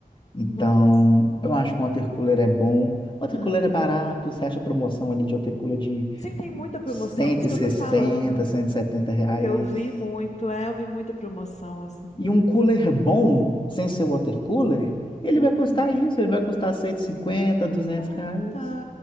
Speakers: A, on the left (about 35°); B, on the left (about 50°).
A: Então,
B: Nossa,
A: eu acho que um watercooler é bom. Watercooler
B: ah, beleza.
A: é barato, você acha promoção ali de watercooler de
B: Sim, tem muita promoção,
A: cento
B: por isso
A: cento e
B: que
A: sessenta
B: eu tô falando.
A: cento e setenta reais.
B: Que eu vi muito, é, eu vi muita promoção, assim.
A: E um cooler bom, sem ser watercooler, ele
B: Hum,
A: vai custar isso, ele vai custar 150 duzentos
B: ah,
A: reais.
B: tá.